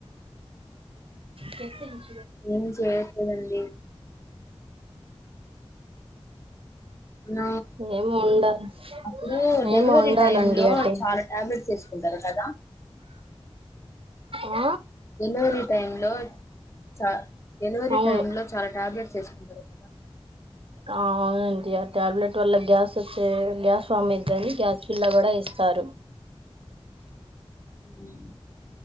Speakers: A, on the right (about 65°); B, on the left (about 30°).
A: చెప్పు.. న్..
B: ఏం చేయట్లేదండి మన
A: ఏమో ఉండాలి
B: అప్పుడు
A: ఏమో
B: డెలివరీ
A: ఉండాలండి
B: టైమ్ లో
A: అటే
B: చాలా టాబ్లెట్స్ వేసు కుంటరు కదా
A: ఆ
B: డెలివరి టైం లో స డెలివరీ
A: అవును
B: టైం లో చాలా టాబ్లెట్ వేసు ంటరు కదా
A: ఆ అవునండి ఆ టాబ్లెట్ వల్ల గ్యాస్ వచ్చే గ్యాస్ ఫామ్ అయిద్దని గ్యాస్ ఫిల్లా కూడా ఇస్తారు
B: హ్మ్